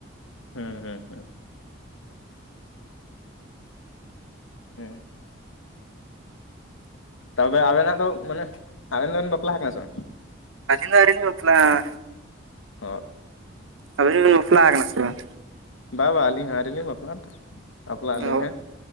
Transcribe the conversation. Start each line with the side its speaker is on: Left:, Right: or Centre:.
Left: ᱦᱩᱸ ᱦᱩᱸ ᱦᱩᱸ᱾ ᱦᱮᱸ᱾ ᱛᱚᱵᱮ ᱟᱵᱮᱱᱟᱜ ᱫᱚ ᱢᱟᱱᱮ, ᱟᱵᱮᱱ ᱫᱚᱵᱮᱱ ᱵᱟᱯᱞᱟ ᱟᱠᱟᱱᱟ ᱥᱮ ᱵᱟᱝ?
Right: ᱟᱞᱤᱧ ᱫᱚ ᱟᱹᱣᱨᱤᱞᱤᱧ ᱵᱟᱯᱞᱟᱜ-ᱟ᱾
Left: ᱚᱜ
Right: ᱟᱵᱤᱱ ᱵᱤᱱ ᱵᱟᱯᱞᱟᱣ ᱠᱟᱱᱟ ᱥᱮ ᱵᱟᱝ?
Left: ᱵᱟ ᱵᱟ ᱟᱞᱤᱧ ᱟᱹᱣᱨᱤ ᱞᱤᱧ ᱵᱟᱯᱞᱟᱜ-ᱟ ᱛᱚ᱾ ᱵᱟᱯᱞᱟᱜ ᱟᱹᱞᱤᱧ
Right: ᱚ,
Left: ᱦᱟᱸᱜ